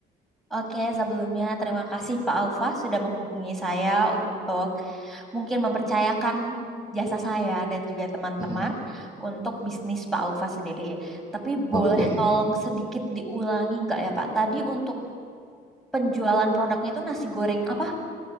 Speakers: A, in the centre; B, on the left.
A: Oke, sebelumnya terima kasih Pak Aufa sudah menghubungi saya untuk mungkin mempercayakan jasa saya dan juga teman-teman
B: Mm-mm.
A: untuk
B: Mm-mm.
A: bisnis Pak Aufa sendiri. Tapi boleh
B: Oke,
A: tolong sedikit diulangi nggak ya, Pak? Tadi untuk penjualan produknya itu nasi goreng apa?